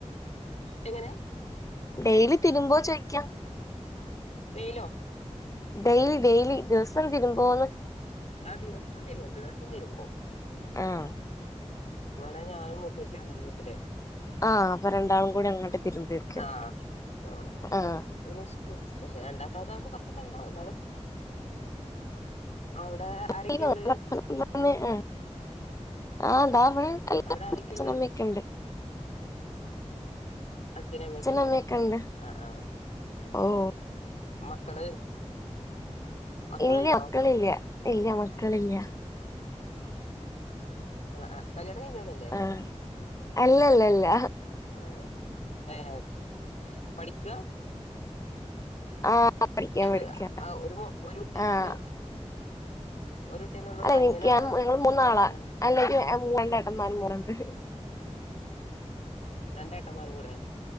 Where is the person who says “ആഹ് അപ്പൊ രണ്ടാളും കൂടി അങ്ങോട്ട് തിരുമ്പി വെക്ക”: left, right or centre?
Left